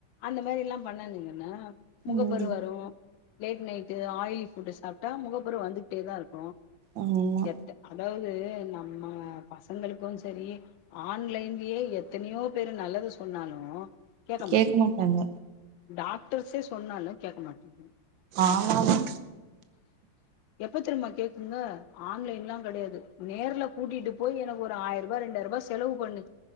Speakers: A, on the left (about 80°); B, on the right (about 75°).
A: அந்த மாரி எல்லா பண்ணானுங்கன்னா முகப்பரு
B: ம்
A: வரு லேட் நைட்டு ஆயில் ஃபுட்டு் சாப்ட்டா முகப்பரு வந்துக்குட்டே தா இருக்கு
B: ஆமா
A: எத்த அதாவு து நம்ம பசங்களுக்கு செரி ஆன்லைன்லயே எத்தனயோ பேரு நல்லது சொன்னாலு கேட்க
B: கேக்க
A: மாட்டேங்குது
B: மாட்டாங்க
A: டாக்டர்ஸே சொன்னாலு கேட்க மாட்டங்
B: ஆமாமா
A: எப்பதெரும்மா கேக்குங்க ஆன்லைன்லா கடையாது நேர்ல கூட்டிட்டு போய் எனக்கு ஒரு ஆயிரம் ரூபா ரெண்டாயிரம் ரூபா செலவு பண்ணு